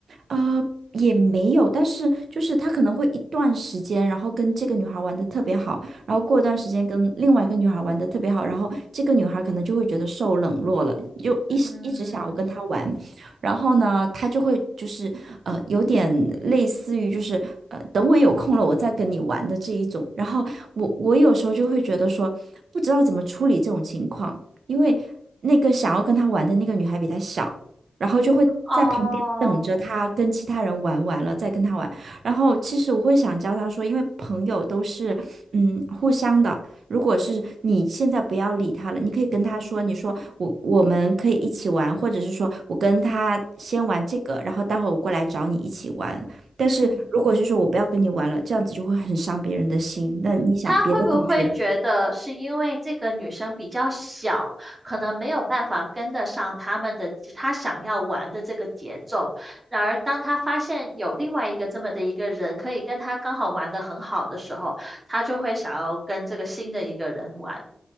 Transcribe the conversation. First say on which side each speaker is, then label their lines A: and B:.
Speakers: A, on the right; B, on the right.
A: 啊、也没有，但是就是他可能会一段时间，然后跟这个女孩玩的特别好，然后过一段时间跟另外一个女孩玩的特别好，然后这个女孩可能就会觉得受冷落了，就一时一直想要跟他玩，
B: 嗯，
A: 然后呢，他就会就是呃有点类似于就是呃等我有空了我再跟你玩的这一种，然后我我有时候就会觉得说不知道怎么处理这种情况，因为那个想要跟他玩的那个女孩比他小。然后就会在旁边等着他跟其他人玩完了再跟他玩。
B: 哦，
A: 然后其实我会想教他说，因为朋友都是嗯互相的。如果是你现在不要理他了，你可以跟他说，你说我我们可以一起玩，或者是说我跟他先玩这个，然后待会儿我过来找你一起玩。但是如果是说我不要跟你玩了，
B: 嗯，
A: 这样子就会很伤别人的心。那你想，
B: 他会不会觉得是因为这个女生比较小，
A: 别的同学。
B: 可能没有办法跟得上他们的他想要玩的这个节奏？然而，当他发现有另外一个这么的一个人可以跟他刚好玩得很好的时候，他就会想要跟这个新的一个人玩。